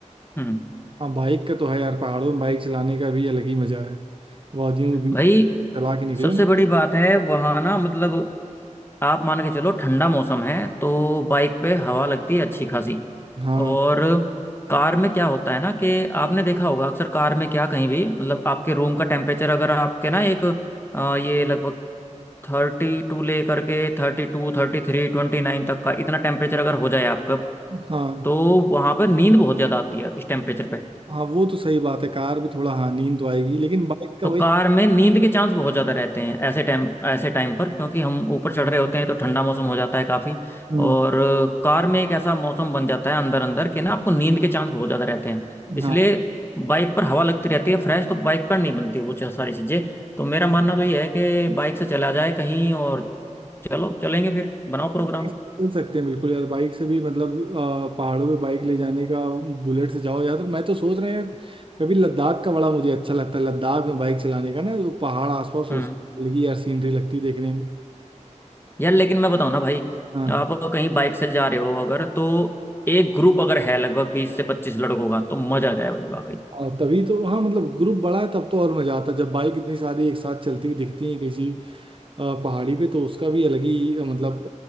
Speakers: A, on the left; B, on the right.
A: हम्म
B: हाँ बाइक का तो है यार पहाड़ों में बाइक चलाने का भी अलग ही मजा है वादियों के बीच
A: भाई
B: में चला के निकलो
A: सबसे
B: ना
A: बड़ी बात है वहाँ ना मतलब आप मान के चलो ठंडा मौसम है तो बाइक पे हवा लगती है अच्छी खासी
B: हाँ
A: और कार में क्या होता है ना कि आपने देखा होगा अक्सर कार में क्या कहीं भी मतलब आपके रूम का टेम्परेचर अगर आपके ना एक अ, ये लगभग थर्टी टू ले करके thirty two thirty three twenty nine तक का इतना टेम्परेचर अगर हो जाए आपका
B: हाँ
A: तो वहां पर नींद बहुत ज्यादा आती है इस टेम्परेचर पे
B: हाँ वो तो सही बात है कार भी थोड़ा हाँ नींद तो आएगी लेकिन बाइक का
A: तो
B: वही
A: कार में नींद के चांस बहुत ज्यादा रहते हैं ऐसे टाइम ऐसे टाइम पर क्योंकि हम ऊपर चढ़ रहे होते हैं तो ठंडा मौसम हो जाता है काफी
B: हम्म
A: और कार में एक ऐसा मौसम बन जाता है अंदर अंदर कि ना आपको नींद के चांस बहुत ज्यादा रहते हैं इसलिए
B: हाँ
A: बाइक पर हवा लगती रहती है फ्रेश तो बाइक पर नहीं बनती वो च- सारी चीजें तो मेरा मानना तो ये है कि बाइक से चला जाए कहीं और चलो चलेंगे फिर बनाओ प्रोग्राम
B: बाइक से चल सकते हैं बिल्कुल यार बाइक से भी मतलब आ, पहाड़ों पे बाइक ले जाने का बुलेट से जाओ यार तो मैं तो सोच रहा हूँ यार कभी लद्दाख का बड़ा मुझे अच्छा लगता है लद्दाख में बाइक चलाने का ना जो पहाड़ आसपास
A: हम्म
B: उसकी अलग ही यार सीनरी लगती है देखने में
A: यार लेकिन मैं बताऊं ना भाई
B: हाँ
A: आप कहीं बाइक से जा रहे हो अगर तो एक ग्रुप अगर है लगभग बीस से पच्चीस लड़कों का तो मजा आ जाए भाई वाकई
B: और तभी तो हाँ मतलब ग्रुप बड़ा है तब तो और मजा आता है जब बाइक इतनी सारी एक साथ चलती हुई दिखती है किसी अ, पहाड़ी पे तो उसका भी अलग ही अ, मतलब